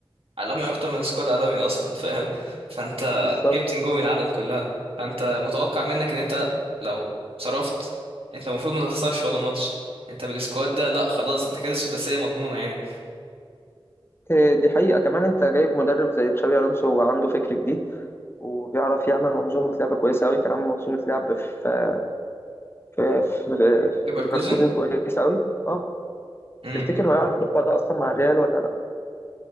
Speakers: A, on the right; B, on the left.
A: عالمي اكتر من سكواد عالمي اصلا فاهم فانت
B: بالظبط
A: جبت نجوم العالم كلها فانت متوقع منك ان انت لو صرفت انت المفروض ما تخسرش ولا ماتش انت بالسكواد ده لا خلاص انت كده السداسية مضمونة يعني
B: آه، دي حقيقه كمان انت جايب مدرب زي تشابي الونسو وعنده فكر جديد وبيعرف يعمل منظومه لعب كويسه قوي كان عامل منظومه لعب في في في,
A: ليفركوزن
B: في ليفركوزن كويسه قوي اه
A: امم
B: تفتكر هو يعرف يطبق ده اصلا مع الريال ولا لا